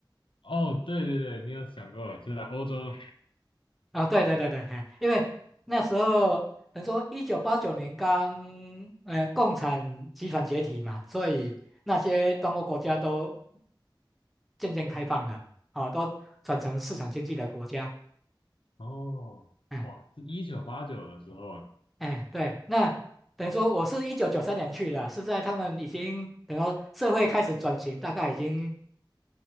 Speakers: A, on the left (about 80°); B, in the centre.
A: 哦，对对对，你有想过是在欧洲？
B: 啊，对对对对，哎，因为那时候等于说一九八九年刚，呃，共产集团解体嘛，所以那些东欧国家都渐渐开放了，哦，都转成市场经济的国家。
A: 哦，
B: 哎
A: 哇，是一九八九的时候啊，
B: 哎，对，那等于说我是一九九三年去的，是在他们已经等于说社会开始转型，大概已经